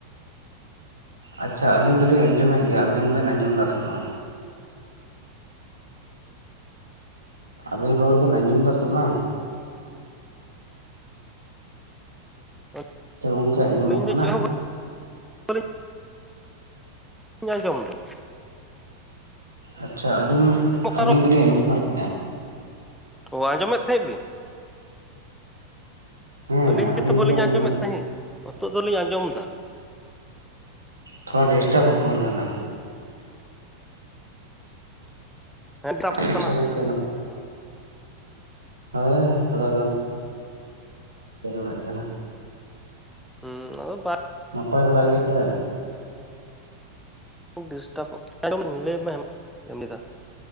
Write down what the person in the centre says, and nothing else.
<inaudible>
ᱟᱹᱞᱤᱧ ᱫᱚ
ᱪᱮᱫ ᱦᱚᱸ <inaudible> <inaudible> ᱟᱸᱡᱚᱢ ᱫᱟ᱾
ᱚᱠᱟ
ᱨᱚᱲ?
ᱚ ᱟᱸᱡᱚᱢᱮᱫ ᱛᱟᱦᱮᱸᱜ ᱵᱤᱱ?
ᱟᱹᱞᱤᱧ ᱜᱮᱛᱚ ᱵᱟᱹᱞᱤᱧ
ᱟᱸᱡᱚᱢᱮᱫ
ᱛᱟᱦᱤᱸᱜ ᱦᱳᱛᱚᱜ ᱫᱚᱞᱤᱧ ᱟᱸᱡᱚᱢ ᱫᱟ᱾
ᱦᱮᱸ ᱴᱟᱯᱚᱜ
ᱠᱟᱱᱟ,
ᱦᱩᱸ᱾
ᱦᱩᱸ ᱟᱫᱚ <inaudible>
<inaudible> ᱰᱤᱥᱴᱟᱯᱚᱜ <inaudible> ᱞᱟᱹᱭ ᱵᱮᱱ, ᱪᱮᱫ ᱮᱢ ᱞᱟᱹᱭ ᱫᱟ?